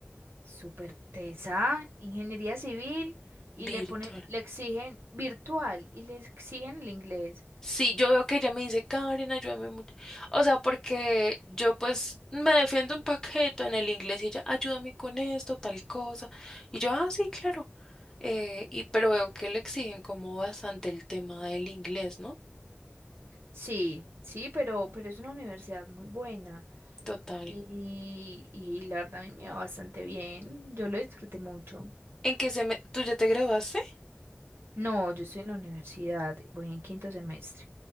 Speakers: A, on the right (about 75°); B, on the left (about 15°).
A: súper tesa, ingeniería civil y
B: virtual.
A: le ponen, le exigen virtual y le exigen el inglés.
B: Sí, yo veo que ella me dice, Karen, ayúdame mucho. O sea, porque yo pues me defiendo un paquete en el inglés y ella, ayúdame con esto, tal cosa. Y yo, ah, sí, claro. Eh, y pero veo que le exigen como bastante el tema del inglés, ¿no?
A: Sí, sí, pero, pero es una universidad muy buena
B: Total.
A: y, y la verdad a mí me va bastante bien. Yo lo disfruté mucho.
B: ¿En qué se me... ¿Tú ya te graduaste?
A: No, yo estoy en la universidad, voy en quinto semestre.